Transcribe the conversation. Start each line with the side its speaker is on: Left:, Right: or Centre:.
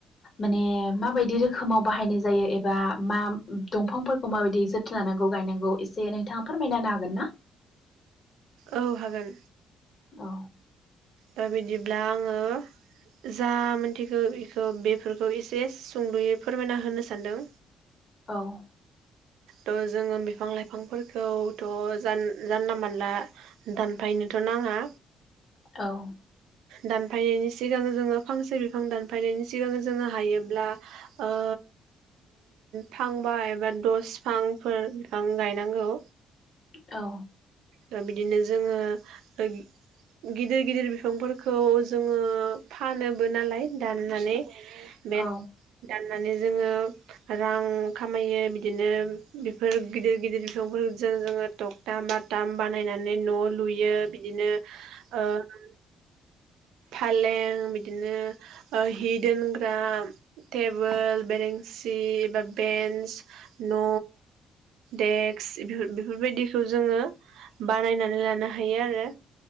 Left: माने माबायदि रोखोमाव बाहायनाय जायो एबा मा दंफांफोरखौ माबायदि जोथोन लानांगौ गायनांगौ एसे नोंथाङा फोरमायना होनो हागोन ना?
Right: औ हागोन।
Left: औ
Right: दा बिदिब्ला आङो जा मोनथिगौ बेखौ बेफोरखौ एसे सुंद'यै फोरमायना होनो सानदों।
Left: औ
Right: थ' जोङो बिफां लाइफांफोरखौथ' जानला मानला दानफायनोथ' नाङा।
Left: औ
Right: दानफायनायनि सिगां जोङो फांसे बिफां दानफायनायनि सिगां जोङो हायोब्ला ओ फांबा एबा दस फांफोर बिफां गायनांगौ।
Left: औ
Right: दा बिदिनो जोङो गिदि गिदिर बिफांफोरखौ जोङो फानोबो नालाय दाननानै बेद
Left: औ
Right: दान नानै जोंङो रां खामायो बिदिनो बिफोर गिदिर गिदिर बिफां जों जोंङो थंथा बाथाम बानायनानै न' लुयो बिदिनो आ- फालें बिदिनो हि दोनग्रा टेबोल बेरेेंसि बा बेन्स न' देक्स बेफोरबायदिखौ जोंङो बानायनानै लानो हायो आरो